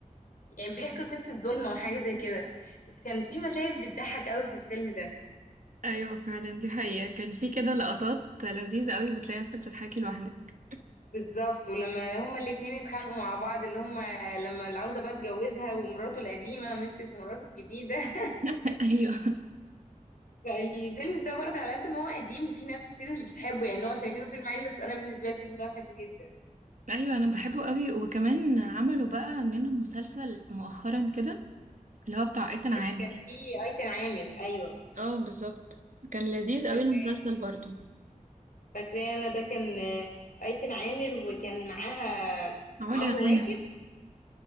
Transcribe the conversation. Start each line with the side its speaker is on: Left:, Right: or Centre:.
Left: يعني بيحكي قصة ظلم او حاجة زي كده بس كان في مشاهد بتضحك قوي في الفيلم ده
Right: ايوه فعلا دي حقيقة كان في كده لقطات لذيذة قوي بتلاقي نفسك بتضحكي لوحدك
Left: بالظبط ولما هما الاتنين اتخانقوا مع بعض اللي هما لما العودة بقى اتجوزها ومراته القديمة مسكت مراته الجديدة <laughs>
Right: <laughs> ايوه
Left: فالفيلم ده برضه على قد ما هو قديم وفي ناس كتير مش بتحبه يعني هو شايفينه فيلم عادي بس انا بالنسبة لي الفيلم ده بحبه جدا
Right: ايوه انا بحبه قوي وكمان عملوا بقى منه مسلسل مؤخرا كده اللي هو بتاع ايتان عامر
Left: اللي كان فيه ايتن عامر ايوه
Right: اه بالظبط كان لذيذ
Left: فاكراه
Right: قوي المسلسل برضو
Left: فاكراه انا ده كان آه، ايتن عامر وكان معاها
Right: علا
Left: عمرو
Right: غانم
Left: واكد